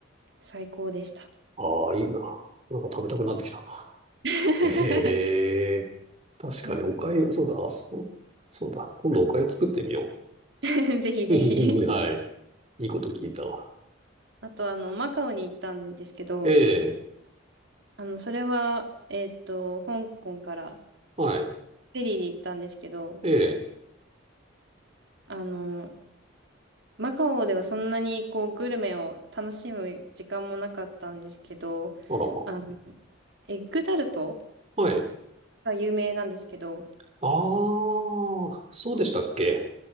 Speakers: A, on the right; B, on the right.
A: 最高でした。
B: ああ、いいな。なんか食べたくなってきたな。
A: <laughs>
B: ええ、確かにお粥はそうだ。
A: そうなん
B: あ、そう、そうだ。今度お粥作ってみよ
A: です <laughs> ぜひぜひ。
B: う。<laughs> はい。いいこと聞いたわ。
A: あと、あの、マカオに行ったんですけど、
B: ええ、
A: あの、それは、えっと、香港からフ
B: はい。
A: ェリーで行ったんですけど、
B: ええ、
A: あの、マカオではそんなにこうグルメを楽しむ時間もなかったんですけど、
B: あらま。
A: あの、エッグタルト
B: はい。
A: が有名なんですけど、
B: ああ、そうでしたっけ。